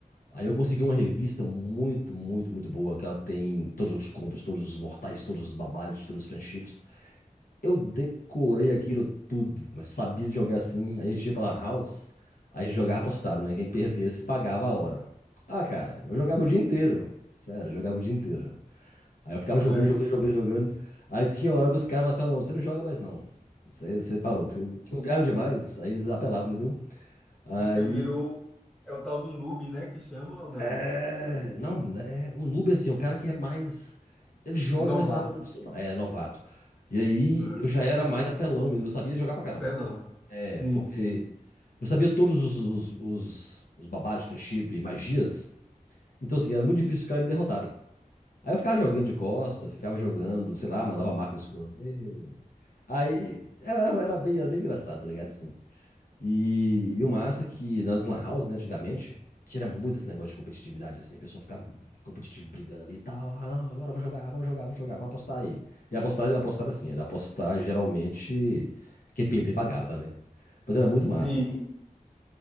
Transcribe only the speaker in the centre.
aí
sim.
Você virou. É o tal do noob, né? Que chama ou não?
É Novato.
Ah,
Apelão.
Sim,
sim.
Sim.